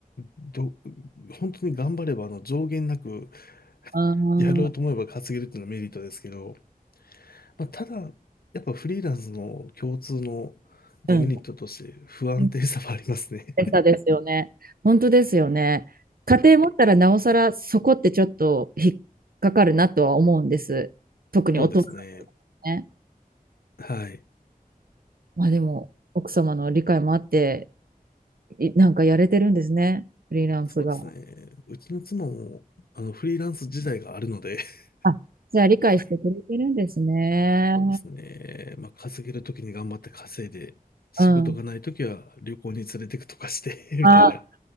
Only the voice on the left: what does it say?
ど、本当に頑張れば、あの、上限なく
やろうと思えば稼げるっていうのはメリットですけど、まあ、ただ、やっぱフリーランスの共通のデメリットとして不安定さはありますね。
<laughs>
そうですね。
はい。
そうですね。うちの妻も、あの、フリーランス自体があるので、<laughs>
そうですね。まあ、稼げるときに頑張って稼いで、仕事がないときは旅行に連れてくとかして
<laughs>
みたいな。